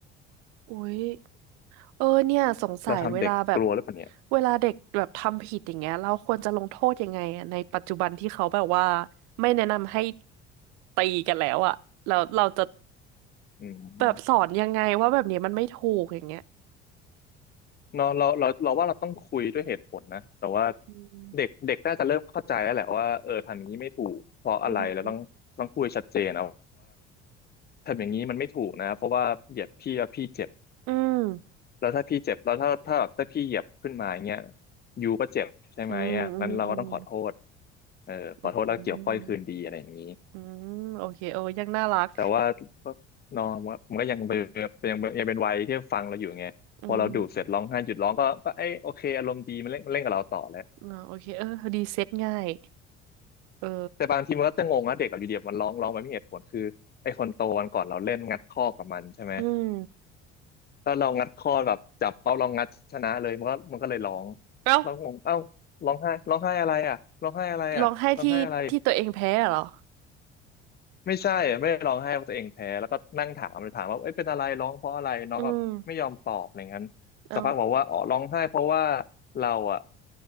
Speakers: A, on the right; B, on the left.
A: อุ้ย เออเนี่ยสงสัยเวลาแบบ
B: เราทำเด็กกลัวหรือเปล่าเนี่ย
A: เวลาเด็กแบบทำผิดอย่างเงี้ยเราควรจะลงโทษยังไงอะในปัจจุบันที่เขาแบบว่าไม่แนะนำให้ตีกันแล้วอะแล้วเราจะ
B: อืม
A: แบบสอนยังไงว่าแบบนี้มันไม่ถูกอย่างเงี้ย
B: เนาะเราเราเราว่าเราต้องคุยด้วยเหตุผลนะแต่ว่า
A: อืม
B: เด็กเด็กน่าจะเริ่มเข้าใจแล้วแหละว่าเออทำอย่างนี้ไม่ถูกเพราะอะไรเราต้องต้องพูดชัดเจนเอา
A: อืม
B: ทำอย่างนี้มันไม่ถูกนะเพราะว่าเหยียบพี่แล้วพี่เจ็บ
A: อืม
B: แล้วถ้าพี่เจ็บแล้วถ้าถ้าแบบถ้าพี่เหยียบขึ้นมาอย่างเงี้ยยูก็เจ็บใช่ไหมอ่ะงั้นเราก็ต้องขอโทษ
A: อืมอืม
B: เออขอโทษแล้วเกี่ยวก้อยคืนดีอะไรอย่างนี้
A: อืมอืมอืมโอเคเอ้ยังน่ารัก
B: แต่ว่าก็เนอะมันมันก็ยังเป็นยังเป็นยังเป็นวัยที่ฟังเราอยู่ไงพอเราดูเสร็จร้องไห้หยุดร้องก็ก็เอ้ยโอเคอารมณ์ดีมันเล่นเล่นกับเราต่อแล้ว
A: อืมอ่าโอเคเออดีเซ็ตง่ายเออ
B: แต่บางทีมันก็จะงงว่าเด็กอะอยู่เดียบมันร้องร้องไปไม่มีเหตุผลคือไอ้คนโตวันก่อนเราเล่นงัดข้อกับมันใช่ไหม
A: อืม
B: แล้วเรางัดข้อแบบจับเป้าลองงัดชนะเลยมันก็มันก็เลยร้อง
A: เอ้า
B: เร้องงงเอ้าร้องไห้ร้องไห้อะไรอ่ะร้องไห้อะไรอ่ะร้องไห้อะไร
A: ร้องไห้ที่ที่ตัวเองแพ้เหรอ
B: ไม่ใช่อะไม่ได้ร้องไห้ว่าตัวเองแพ้แล้วก็นั่งถามเลยถามว่าเอ้ยเป็นอะไรร้องเพราะอะไรน้องแบบไม่ยอมตอบอะไรงั้นสักพักบอกว่าอ๋อร้องไห้เพราะว่า
A: อืม เอา
B: เราอ่ะ